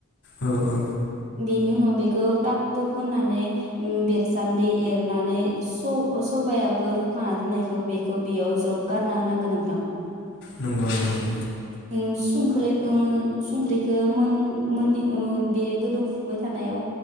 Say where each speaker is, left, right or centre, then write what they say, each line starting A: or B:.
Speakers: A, on the left; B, on the right.
A: औ ओ
B: बेनि उनाव बेखौ ताब थुब होननानै ओ बेरसान्दै एरनानै स-सबायाबो रुखाना दोननायखौ बेखौ बेयाव ज्रब गारना होनांगौ नोंथां
A: नंगौ नंगौ नंगौ
B: अम संख्रै अम संख्रिखो मोन मोनि ओं बे गोदौफुबाय थानायाव